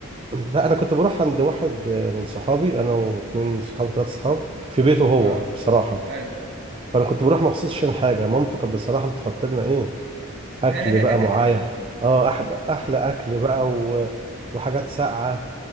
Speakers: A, on the right; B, on the right.
A: <clears throat> لا انا كنت بروح عند واحد من صحابي انا واتنين صحابي ثلاثة صحاب في بيته هو
B: اه
A: بصراحة
B: ايوه
A: فانا كنت بروح مخصوص عشان حاجة مامته كانت بصراحة بتحط لنا ايه اكل
B: <laughs>
A: بقى معايا اه احلى احلى اكل بقى و... وحاجات ساقعه